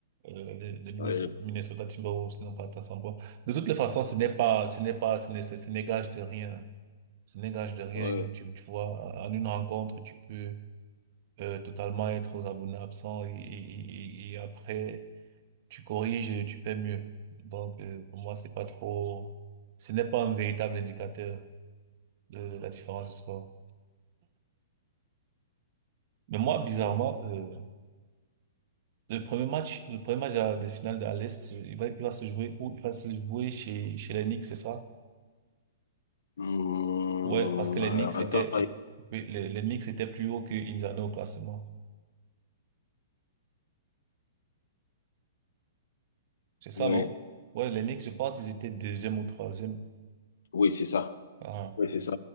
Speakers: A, on the right (about 50°); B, on the left (about 70°).
A: Euh, les, les Minnes-
B: Ouais.
A: Minnesota Timberwolves n'ont pas atteint 100 points. De toutes les façons, ce n'est pas, ce n'est pas, ce n'est, ce n'est gage de rien. Ce n'est gage de rien.
B: ouais.
A: Et tu, tu vois, en une rencontre, tu peux euh, totalement être aux abonnés absents et, et, et- et après, tu corriges et tu fais mieux. Donc, euh, pour moi, c'est pas trop, ce n'est pas un véritable indicateur le- le- la différence de score. Mais moi, bizarrement, euh, le premier match, le premier match à- des finales de l'Est, il va, il va se jouer où? Il va se jouer chez, chez les Knicks, c'est ça?
B: Hmm,
A: Ouais, parce que les
B: euh,
A: Knicks
B: attends.
A: étaient, et- oui, les, les Knicks étaient plus haut que Indiana au classement. C'est ça,
B: Ouais.
A: non? Ouais, les Knicks, je pense qu'ils étaient deuxième ou troisième.
B: Oui, c'est ça.
A: Ah,
B: Oui, c'est ça.